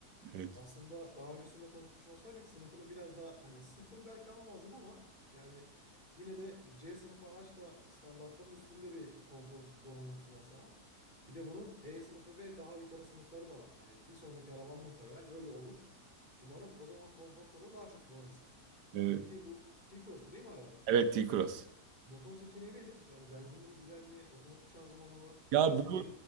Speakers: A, on the right (about 85°); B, on the left (about 25°).
A: Evet.
B: Aslında daha öncesinde konuşmuş olsaydık sınıfını biraz daha hani sıfır belki alamazdın ama yani yine de C sınıfı araç da standartların üstünde bir konfor donanım sunar sana. Bir de bunun E sınıfı ve daha yukarı sınıfları da var. Hani bir sonraki araban muhtemelen öyle olur. Umarım o zaman konforta da daha çok varırsın.
A: Evet,
B: Şimdiki bu T-Cross'tu değil mi araban?
A: evet T-Cross.
B: Motor seçeneği nedir? Yani benzinli mi, dizel mi, otomatik şanzımanlı mı,
A: Ya
B: DSG
A: bu